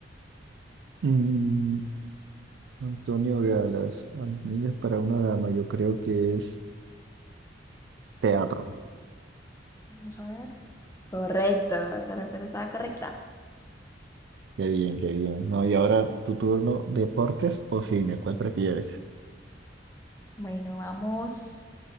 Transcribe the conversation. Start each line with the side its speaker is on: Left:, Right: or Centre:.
Right: Mm, Antonio Galas, Niños para una dama, yo creo que es teatro.
Left: Vamos a ver. Correcto, esa respuesta estaba correcta.
Right: Qué bien, qué bien. No, y ahora tu turno, ¿deportes o cine? ¿Cuál prefieres?
Left: Bueno, vamos,